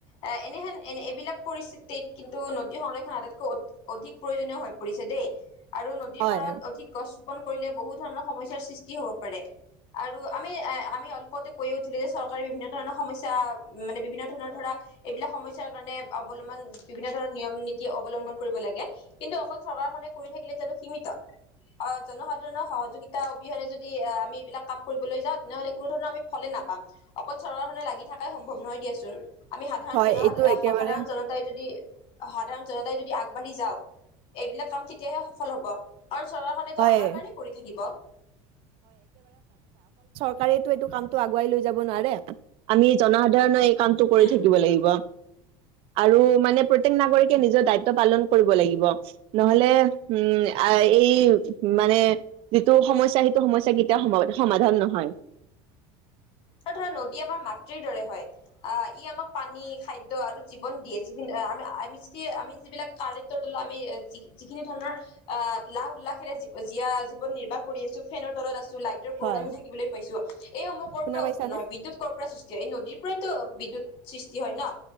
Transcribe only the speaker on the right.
হয়
হয়
এইটো একেবাৰে
হয়
চৰকাৰেটো এইটো কামতটো আগুৱাই লৈ যাব নোৱাৰে। আমি জনসাধাৰণ কামটো কৰি
থাকিব লাগিব আৰু মানে প্ৰত্যেক নাগৰিকে নিজৰ দায়িত্ব পালন কৰিব লাগিব। নহলে, উম এই মানে যিটো সমস্যা, সেইটো সমস্যা কেতিয়াও সম সমাধান নহয়।
হয়
শুনা
পাইছানে